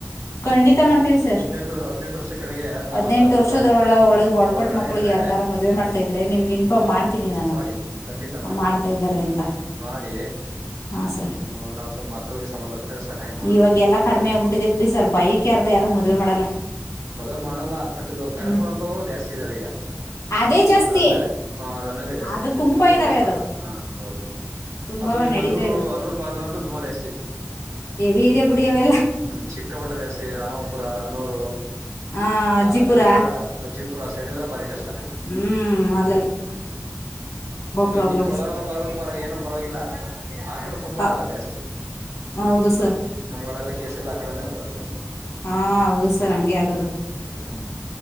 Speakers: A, on the left; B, on the right.
A: ಖಂಡಿತ ಮಾಡ್ತೀವಿ ಸರ್
B: ಹದನೆಂಟ ವರ್ಷ ಹದ್ನೆಂಟ ವರ್ಷ ಕೆಳಗೆ ಅಂತ
A: ಹದ್ನೆಂಟು
B: ಮಕ್ಕಳ ಹತ್ರ
A: ವರ್ಷದೊಳ
B: ದಾರಿ ಅ
A: ಒಳಗೆ ಒಳಪಟ್ಟ
B: ಒಳಗಡೆ
A: ಮಕ್ಳಿಗೆ
B: ಇದ್ರೆ
A: ಯಾರ್ಗಾರ ಮದ್ವೆ ಮಾಡ್ತಾ ಇದ್ರೆ ನಿಮ್ಗೆ ಇನ್ಫಾರ್ಮ್
B: ಹಾ
A: ಮಾಡ್ತೀನಿ ನಾನು
B: ಮಾಡಿ ಖಂಡಿತ ಮಾಡಿ
A: ಮಾಡ್ತಾ ಇದ್ದಾರೆ ಅಂತ
B: ಮಾಡಿ
A: ಹಾ ಸರ್
B: ಹ್ಮ ನಾವ್ ಸ ಮಕ್ಕಳಿಗೆ ಸಂಬಂಧ ಕಟ ಸಹಾಯ ಮಾಡೋಣ
A: ಇವಾಗ ಎಲ್ಲ ಕಡಿಮೆ ಆಗ್ಬಿಟ್ಟಿದೆ ಬಿಡಿ ಸರ್ ಬೈಕ್ ಯಾರ ಯಾರದು ಮದ್ವೆ ಮಾಡಲ್ಲ.
B: ಮದ್ವೆ ಮಾಡಲ್ಲ ಬಟ್ ಕರ್ಕೊಂಡ
A: ಹ್ಮ್
B: ಜಾಸ್ತಿ ಇದ್ದಾವ ಈಗ
A: ಅದೇ ಜಾಸ್ತಿ
B: ಅರನ್ನವೇ ಹ ರನ್ನವೇ ಜಾಸ್ತಿ
A: ಅದು
B: ಈಗ
A: ತುಂಬಾ
B: ಓಡುವದ
A: ಇದಾವೆ ಅದು
B: ಹ ಹೌದು ಬಿಡು
A: ತುಂಬಾವ
B: ಅದು ನಿಮ್ಮ್
A: ನಡೀತಾ
B: ಅನೂರು
A: ಇದಾವೆ
B: ಅನೂರು ಗಲ್ಲ ಅಂತ ತುಂಬಾ ಜಾಸ್ತಿ.
A: ಎವಿ ಇದೆ ಬಿಡಿ ಅವೆಲ್ಲ
B: ಹ್ಮ ಚಿಕ್ಕಪುಟ್ಟ ದೇಸಿ ರಾಮಪುರ ಅನೂರು
A: ಆ ಅಜ್ಜಿಪುರ
B: ಅರೆಲ್ಲಾ ಅಜ್ಜಪುರ ಸೈಡ ಎಲ್ಲ ಬಾರಿ ಕಷ್ಟ.
A: ಹ್ಮ ಅ
B: ಹ್ಮ ನಮ
A: ಪ್ರಾಬ್ಲಮ್ಸ್
B: ಜಿ ಕೊಲಗಾಲ ಪಲ್ ಏನ ಪರವಾಗಿಲ್ಲ ಆಟ ಕಡೆ ತುಂಬಾ
A: ಹ
B: ಜಾಸ್ತಿ.
A: ಹೌದು ಸರ್
B: ನಮ್ಗಳಲ್ಲ ಕಸ ಎಲ್ಲ ಆ ಕಡೆನ ಬರದು ಮೇಡಮ್
A: ಹಾ ಹೌದು ಸರ್ ಹಂಗೆ ಆಗದು
B: ಹ್ಮ್